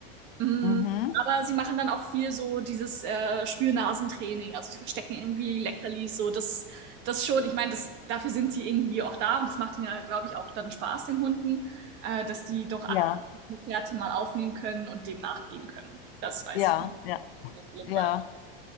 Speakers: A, on the right; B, on the left.
A: Mm,
B: Mhm.
A: Aber sie machen dann auch viel so dieses äh, Spürnasentraining. Also sie verstecken irgendwie Leckerlis, so das, das schon. Ich meine, das, dafür sind sie irgendwie auch da und das macht ihnen ja, glaube ich, auch dann Spaß, den Hunden, äh, dass die doch aktiv
B: Ja,
A: die Fährte mal aufnehmen können und dem nachgehen können. Das weiß
B: ja,
A: ich.
B: ja,
A: Das ist im
B: ja.